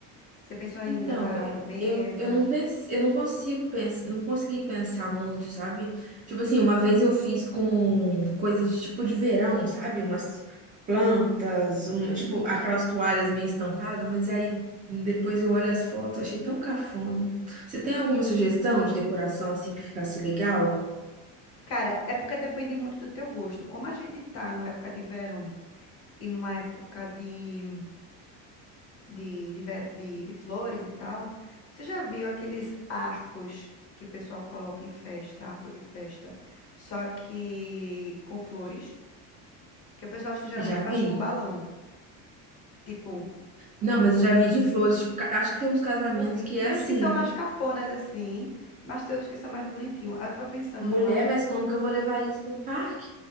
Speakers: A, on the left; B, on the right.
A: Você pensou em
B: Então,
A: levar mesa?
B: eu, eu não pensei, eu não consigo pensar, não consegui pensar muito, sabe? Tipo assim, uma vez eu fiz com coisas de tipo de verão, sabe? Umas plantas, um- tipo aquelas toalhas meio estampadas, mas aí depois eu olho as fotos, achei tão cafona. Você tem alguma sugestão de decoração assim que ficasse legal?
A: Cara, é porque depende muito do teu gosto. Como a gente tá numa época de verão e numa época de, de, de, ver- de- de flores e tal, você já viu aqueles arcos que o pessoal coloca em festa, arco de festa, só que com flores? Que o pessoal acho que geralmente
B: Já vi?
A: faz com balão. Tipo.
B: Não, mas eu já vi de flores, tipo, ca- acho que tem uns casamentos
A: Tipo assim,
B: que é
A: tem
B: assim,
A: uns que são mais cafonas assim, mas tem outros que são mais bonitinhos. Aí Eu tava pensando
B: mulher,
A: no.
B: mas como que eu vou levar isso para um parque?